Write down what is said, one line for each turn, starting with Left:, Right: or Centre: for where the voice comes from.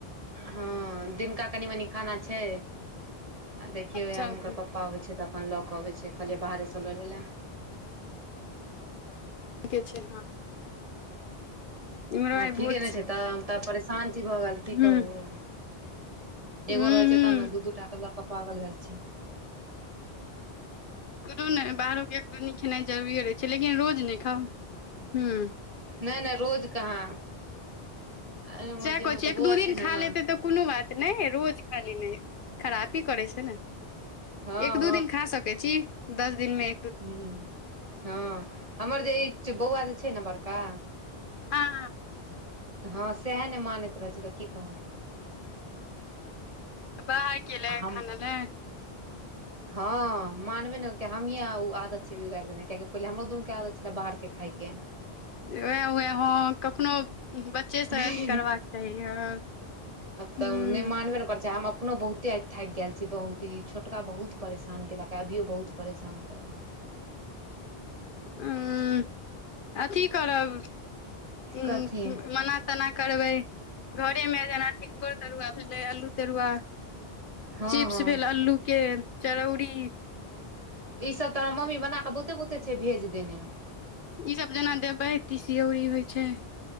Right: हँ, दिनका कनि मनि खाना छै, आ देखियौ,
Left: अच्छा
Right: य
Left: अच्छा
Right: हुनकर प्पा प आबै छै तऽ, अपन लऽ कऽ अबै छै, कहलियै बाहरेसँ लऽ लेला,
Left: ठीके छै, इम्हरो
Right: हँ,
Left: आइ
Right: ठीके
Left: भोज
Right: ने छै तऽ, तब परेशान छी भऽ गेल,
Left: हुँ
Right: की कहू,
Left: हुँ
Right: एगो रहै छै
Left: हुँ
Right: त, त न, दू दूटा के ल क पागल भेल छी,
Left: को नहि, बाहरोके एक दनी खेनाइ जरूरीए रहै छै, लेकिन रोज नहि खाउ, हँ।
Right: नहि- नहि, रोज कहाँ, अरे हमर
Left: साह
Right: जे
Left: कहै
Right: मतलब
Left: छि, एक
Right: बौआ
Left: दू दिन
Right: छै ने
Left: खा
Right: हँ
Left: लेतै तऽ कुनु बात नैए, रोज खा ली नैय, खरापी करै छै ने,
Right: हँ
Left: एक दू दिन खा सकै छी, दस दिन नै‌
Right: ह, हँ, हमर जे ई बौआ जे छै ने, बड़का,
Left: हँ-हँ,
Right: हँ सएह नहि मानैत रहै छै, तऽ की कहु,
Left: बाहर केला
Right: आ हम
Left: खान लए,
Right: हँ, मानबे ने कि, हमी आदत छै बिगारि देने, कियकि पहिले हमरो दुनू के आदत छलै बाहर के खायके,
Left: उएह -उएह ह, कखनो बच्चेसँ
Right: हँ,
Left: अथी करबाक चाही हँ हूँ
Right: तऽ नहि मानबे ने कर छै, हम अपनो बहुत ता थाकि गेल छी बहुत, ई छोटका बहुत परेशान कयलक या, अभियो बहुत परेशान करया,
Left: उ, अथी करब, उ,
Right: कथी
Left: मना तेना करबै, घरे में जेना तिलकोर तरुआ भेलै, अल्लू तरुआ
Right: हँ
Left: चिप्स
Right: हँ
Left: भेल अल्लू के, चरौरी
Right: ई सब तो मम्मी बना क, बहुते -बहुते छै भेज देने,
Left: ईसभ जेना देबै, तीसियौरी होइ छै,